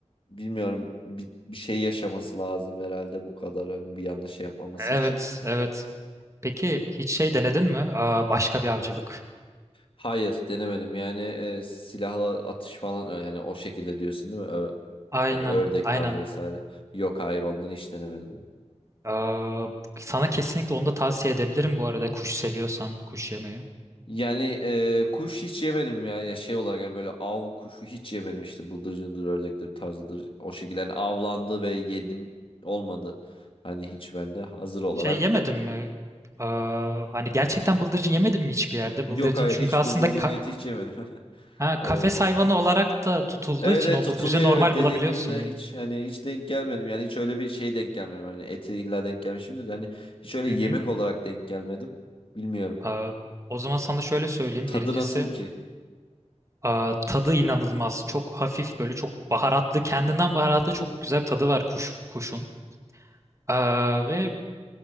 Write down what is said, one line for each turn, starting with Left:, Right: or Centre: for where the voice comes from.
Left: bilmiyorum bir, bir şey yaşaması lazım herhalde bu kadar hani bir yanlış şey yapmaması
Right: Evet
Left: için.
Right: evet. Peki hiç şey denedin mi? Aa, başka bir avcılık.
Left: Hayır denemedim yani e, silahla atış falan ö- yani o şekilde diyorsun değil mi?
Right: Aynen
Left: Yani ördek
Right: aynen.
Left: tarzı vesaire. Yok hayır ondan hiç denemedim.
Right: Aa, sana kesinlikle onu da tavsiye edebilirim bu arada kuş seviyorsan kuş yemeyi.
Left: Yani e, kuş hiç yemedim ya. Ya şey olarak yani böyle av kuşu hiç yemedim işte bıldırcındır, ördektir, tarzıdır. O şekilde yani avlandı ve yedim olmadı. Hani hiç bende hazır olarak.
Right: Şey yemedin mi? Aa, hani gerçekten bıldırcın yemedin mi hiçbir yerde?
Left: Yok
Right: Bıldırcın
Left: hayır
Right: çünkü
Left: hiç
Right: aslında
Left: bıldırcın
Right: ka-
Left: eti hiç yemedim. <laughs>
Right: Ha,
Left: Vallahi
Right: kafes
Left: evet.
Right: hayvanı olarak da tutulduğu
Left: Evet
Right: için
Left: evet
Right: o
Left: tutuluyor
Right: bıldırcı normal
Left: evet dediğin
Right: bulabiliyorsun.
Left: gibi de hiç hani hiç denk gelmedim. Yani hiç öyle bir şey denk gelmedim. Hani eti illa denk gelmişimdir. Hani hiç öyle yemek
Right: Hı hı.
Left: olarak denk gelmedim. Bilmiyorum.
Right: Aa, o zaman sana şöyle söyleyeyim.
Left: Tadı
Right: Birincisi
Left: nasıl ki?
Right: aa, tadı inanılmaz. Çok hafif böyle çok baharatlı. Kendinden baharatlı çok güzel bir tadı var kuş, kuşun. Aa, ve